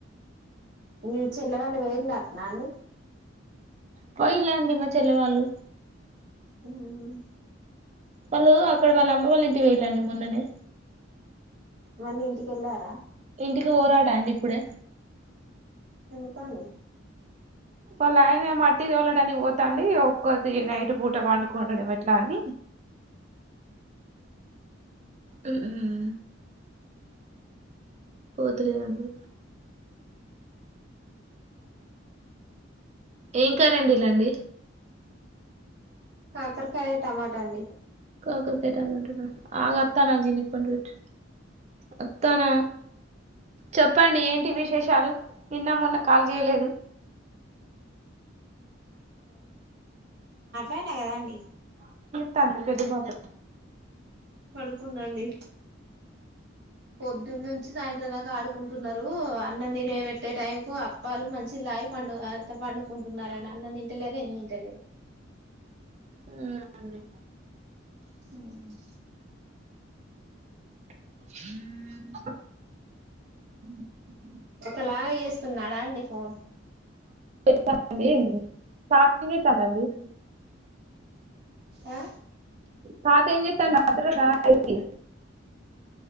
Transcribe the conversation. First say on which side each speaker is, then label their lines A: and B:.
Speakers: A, on the right; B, on the right.
A: ఈ చల్ల గాలి వేయాల రాండి
B: పోయిలేండి మా చెల్లి వాళ్ళు
A: మ్ హ్ హుమ్
B: వాళ్ళు అక్కడ వాళ్ళమ్మ వాళ్ళ ఇంటికి వోయిళ్ళండి మొన్ననే
A: మళ్లీ ఇంటికెళ్ళారా
B: ఇంటికి వోరాట అండి ఇప్పుడే
A: ఎందు కాండి
B: వాళ్ళు ఆయన మట్టి తోలడానికి పోతాంది ఒక్కతి నైట్ పూట పండుకుండడం ఎట్లా అని. ఉమ్మ్ ఓ తెలిదండి. ఏం కర్రీ అండిలండి.
A: కాకరకాయ, టమాటా అండి.
B: ఒకరికట్ అమంటార ఆగు అత్తానా జీనిప్పెట్ అత్తానా చెప్పండి ఏంటి విశేషాలు నిన్న మొన్న కాల్ చేయలేదు.
A: ఐనే కదాఅండి.
B: తను పెద్ద పాప.
A: పడుకుందండి. పొద్దున్న నుంచి సాయంత్రం దాకా ఆడుకుంటు. ఉన్నారు అన్నం తినే పెట్. అట్టే టైం కు అప్పాలు మంచి నీళ్లు తాగి పండు ఆహ్ పండుకుంటున్నరండి అన్న తిని. తెల్లారి ఏం తింటలేరు.
B: ఉమ్ అవునండి.
A: ఉమ్.
B: హ
A: ఒకలాగ చేస్తున్నాడా అండి ఫోను.
B: <unintelligible> ఫాస్టింగ్ ఎక్కడండి.
A: ఆ
B: తాత ఏం చెస్తాండు రాత్ర రా పైకి.